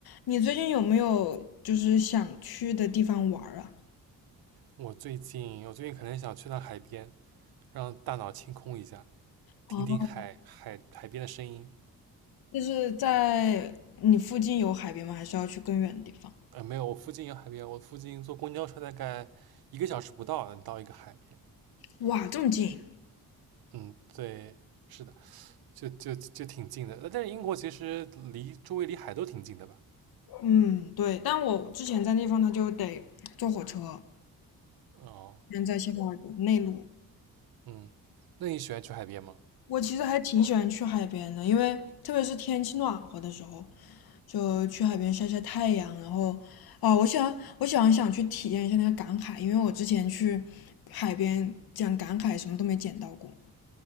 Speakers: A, on the left; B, on the right.
A: 你最近有没有就是想去的地方玩儿啊？
B: 我最近，我最近可能想去趟海边，让大脑清空一下，
A: 哦，
B: 听听海海海边的声音。
A: 就是在你附近有海边吗？还是要去更远的地方？
B: 呃，没有，我附近有海边，我附近坐公交车大概一个小时不到能到一个海边。
A: 哇，这么近？
B: 嗯，对，是的，就就就挺近的。但是英国其实离周围离海都挺近的吧？
A: 嗯，对。但我之前在那地方，他就得坐火车，
B: 哦，
A: 现在谢菲尔德内陆。
B: 嗯，那你喜欢去海边吗？
A: 我其实还挺喜欢去海边的，因为特别是天气暖和的时候，就去海边晒晒太阳。然后，哦，我喜欢，我喜欢想去体验一下那个赶海，因为我之前去海边讲赶海什么都没捡到过。